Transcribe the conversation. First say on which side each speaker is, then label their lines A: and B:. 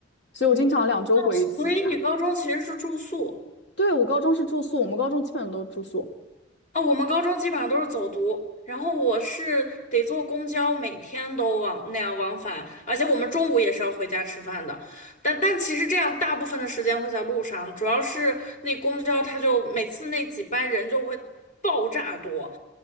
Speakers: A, on the left; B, on the left.
A: 所以我经常两周回一次家。
B: 所以你高中其实是住宿。
A: 对，我高中是住宿，我们高中基本都住宿。
B: 哦，我们高中基本上都是走读，然后我是得坐公交，每天都往那样往返，而且我们中午也是要回家吃饭的。但但其实这样大部分的时间会在路上，主要是那公交它就每次那几班人就会爆炸多，